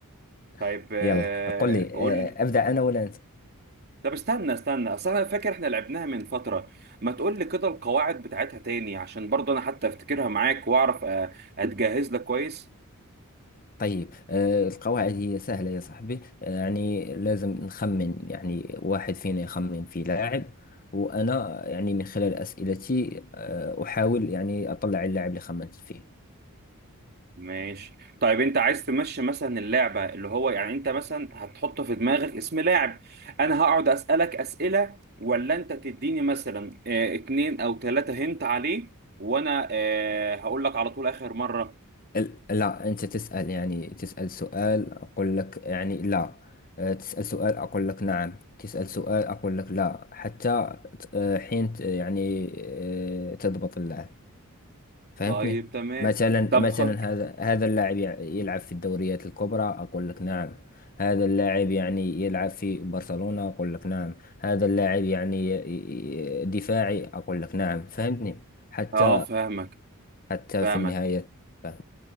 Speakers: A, on the right (about 45°); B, on the left (about 40°).
A: طيب
B: <laughs>
A: آه،
B: يلا قل لي
A: قول
B: آه، أبدأ أنا ولا أنت
A: طب استنى استنى اصل انا فاكر احنا لعبناها من فترة ما تقول لي كده القواعد بتاعتها تاني عشان برضه انا حتى افتكرها معاك واعرف أ- اتجهز لك كويس
B: طيب آه، القواعد هي سهلة يا صاحبي آه، يعني لازم نخمن يعني واحد فينا يخمن في لاعب وأنا يعني من خلال أسئلتي آه، أحاول يعني أطلع اللاعب اللي خمنت فيه
A: ماشي طيب انت عايز تمشي مثلا اللعبة اللي هو يعني انت مثلا هتحط في دماغك اسم لاعب انا هقعد اسألك اسئلة ولا انت تديني مثلا آه، اتنين او تلاتة هنت عليه وانا آه، هقول لك على طول اخر مرة
B: ال- لا أنت تسأل يعني تسأل سؤال أقول لك يعني لا آه، تسأل سؤال أقول لك نعم تسأل سؤال أقول لك لا حتى ت- آه، حين ت- يعني آه، تضبط اللاعب فهمتني
A: طيب تمام
B: مثلا
A: طب
B: مثلا
A: خ-
B: هذا هذا اللاعب يع- يلعب في الدوريات الكبرى اقول لك نعم هذا اللاعب يعني يلعب في برشلونة اقول لك نعم هذا اللاعب يعني ي- ي- دفاعي اقول لك نعم فهمتني حتى
A: اه فاهمك
B: حتى
A: فاهمك
B: في النهاية فهم.